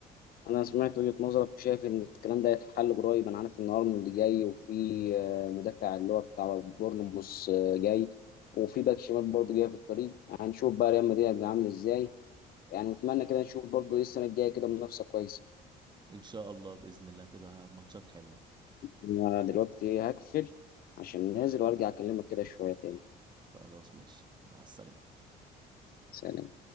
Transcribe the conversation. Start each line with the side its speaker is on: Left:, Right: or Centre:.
Left: انا سمعت وجهة نظرك وشايف ان الكلام ده يتحل قريب انا عارف ان ارنولد جاي وفي آه، مدافع اللي هو بتاع بورنموث آه، جاي وفي باك شمال برضه جاي في الطريق هنشوف بقى ريال مدريد هيبقى عامل ازاي يعني نتمنى كده نشوف برضه ايه السنه الجايه كده منافسه كويسه
Right: ان شاء الله بإذن الله هتبقى ماتشات حلوة
Left: انا دلوقتي هقفل عشان نازل وارجع اكلمك كده شويه تاني
Right: خلاص ماشي مع السلامة
Left: سلام